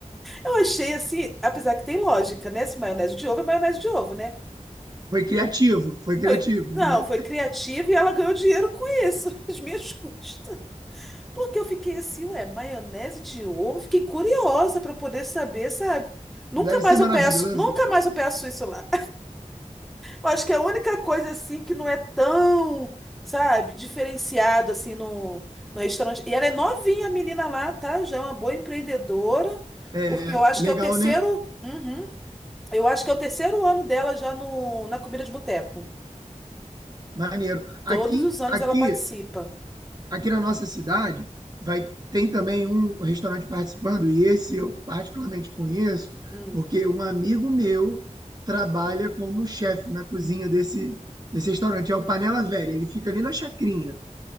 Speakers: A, in the centre; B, on the right (about 30°).
A: Eu achei assim, apesar que tem lógica, né? Se maionese de ovo é maionese de ovo, né?
B: foi criativo, foi criativo,
A: Foi. Não,
B: né?
A: foi criativa e ela ganhou dinheiro com isso, <laughs> às minhas custas. Porque eu fiquei assim, ué, maionese de ovo? Fiquei curiosa para poder saber, sabe? Nunca
B: Deve
A: mais
B: ser maravilhoso.
A: eu peço, nunca mais eu peço isso lá. Eu acho que é a única coisa assim que não é tão, sabe, diferenciado assim no, no restaurante. E ela é novinha, a menina lá, tá? Já é uma boa empreendedora,
B: É,
A: porque eu acho
B: legal,
A: que é o terceiro,
B: né?
A: Uhum. eu acho que é o terceiro ano dela já no, na comida de boteco.
B: Maneiro.
A: Todos
B: Aqui,
A: os anos
B: aqui
A: ela participa.
B: Aqui na nossa cidade vai tem também um restaurante participando e esse eu particularmente conheço
A: Hum.
B: porque um amigo meu trabalha como chefe na cozinha desse desse restaurante. É o Panela Velha. Ele fica ali na Chacrinha.